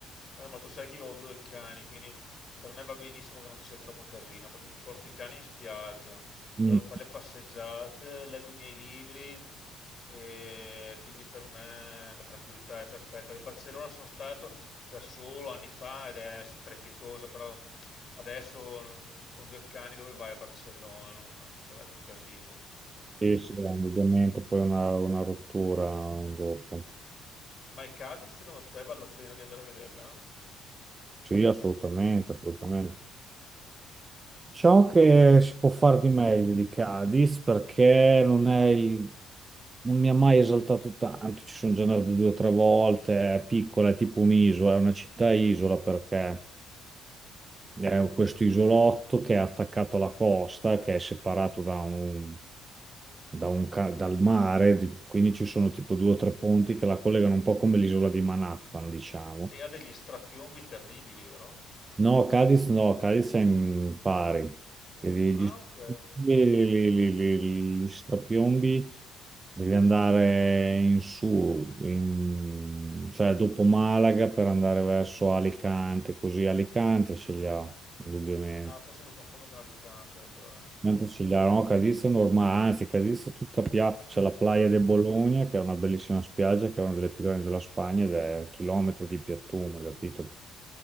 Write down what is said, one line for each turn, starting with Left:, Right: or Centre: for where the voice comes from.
Left: Eh, ma tu sai che io ho due cani, quindi per me va benissimo che non ci sia troppo casino, perché mi porto i cani in spiaggia,
Right: Mm,
Left: mi vado a fare le passeggiate, leggo i miei libri e quindi per me la tranquillità è perfetta. A Barcellona sono stato da solo anni fa ed è strepitosa, però adesso mm, con due cani dove vai a Barcellona? Non- non sarebbe un casino, hai capito? Quindi...
Right: sì, sì, ovviamente poi una, una rottura dopo.
Left: Ma il Cadiz secondo te vale la pena di andare a vederla?
Right: Sì, assolutamente, assolutamente. Ciò che si può fare di meglio di Cadiz perché non è il- non mi ha mai esaltato tanto, ci sono già andato due o tre volte, è piccola, è tipo un'isola, è una città-isola perché è questo isolotto che è attaccato alla costa, che è separato da un, da un ca- dal mare, di- quindi ci sono tipo due o tre ponti che la collegano un po' come l'isola di Manhattan, diciamo.
Left: E ha degli strapiombi terribili, vero?
Right: No, Cadiz no, Cadiz è in pari, che li,
Left: Ah,
Right: gli,
Left: ok.
Right: li, li- li- gli strapiombi devi andare in su, in- cioè dopo Malaga per andare verso Alicante, così Alicante ce li ha, indubbiamente.
Left: Ah, forse mi confondo con Alicante allora.
Right: Mentre ce li ha, no, Cadiz è normale, anzi Cadiz è tutta piatta, c'è la Playa de Bologna che è una bellissima spiaggia, che è una delle più grandi della Spagna ed è chilometri di piattume, capito?